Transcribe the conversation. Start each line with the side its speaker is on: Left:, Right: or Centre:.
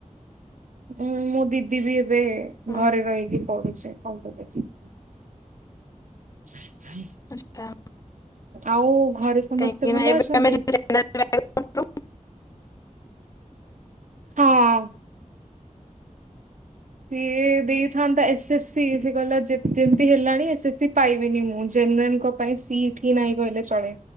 Right: ଉଁ ମୋ ଦିଦି ବି ଏବେ
Left: ହଁ
Right: ଘରେ ରହିକି ପଢୁଚି। <unintelligible> ହଁ
Left: ଆଚ୍ଛା।
Right: ଆଉ ଘରେ
Left: କାହିଁକି
Right: ସମସ୍ତେ ଭଲ
Left: ନା ଏବେ
Right: ଅଛନ୍ତି।
Left: ଆମେ ଯୋଉ ଜେନେରାଲ
Right: ହଁ। ସିଏ ଦେଇଥାନ୍ତା ଏସ୍ ଏସ୍ ସି। ସେ କହିଲା ଯେମତି ହେଲାଣି ଏସ୍ଏସ୍ ସି ପାଇବିନି ମୁଁ, ଜେନେରାଲ କ ପାଇଁ ସିଟି ନାଇଁ କହିଲେ ଚଳେ।